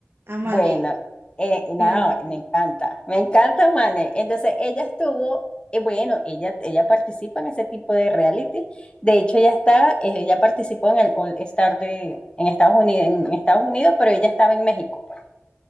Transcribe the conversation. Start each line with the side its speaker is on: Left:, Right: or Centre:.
Right: Amane.
Left: Bueno, eh, no,
Right: Sí, Amane.
Left: me encanta, me encanta, Mane. Entonces, ella estuvo, eh, bueno, ella, ella participa en ese tipo de reality. De hecho, ella está, eh, ella participó en el All Star de, en Estados Unidos, en Estados Unidos, pero ella estaba en México, pues.